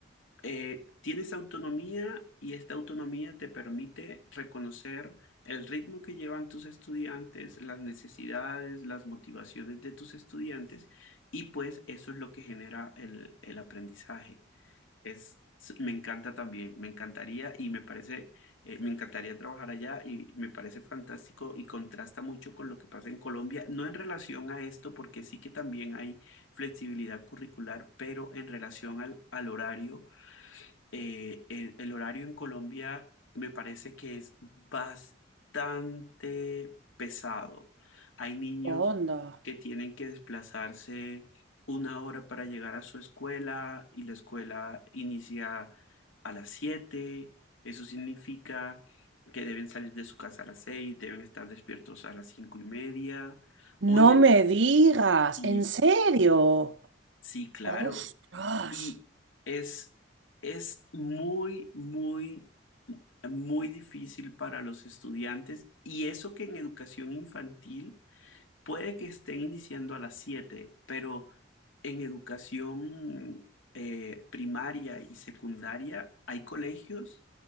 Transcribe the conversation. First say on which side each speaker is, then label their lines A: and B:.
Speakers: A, on the left; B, on the right.
A: eh, tienes autonomía y esta autonomía te permite reconocer el ritmo que llevan tus estudiantes, las necesidades, las motivaciones de tus estudiantes y pues eso es lo que genera el, el aprendizaje. Es, s- me encanta también, me encantaría y me parece, eh, me encantaría trabajar allá y me parece fantástico y contrasta mucho con lo que pasa en Colombia, no en relación a esto, porque sí que también hay flexibilidad curricular, pero en relación al al horario eh, el, el horario en Colombia me parece que es bastante pesado. Hay niños
B: Onda.
A: que tienen que desplazarse una hora para llegar a su escuela y la escuela inicia a las 7. Eso significa que deben salir de su casa a las 6, deben estar despiertos a las cinco y media.
B: No
A: Hoy hay...
B: me digas,
A: Y
B: ¿en serio?
A: sí, claro.
B: Ostras.
A: Y es, es muy, muy, muy difícil para los estudiantes. Y eso que en educación infantil puede que estén iniciando a las siete pero en educación eh, primaria y secundaria hay colegios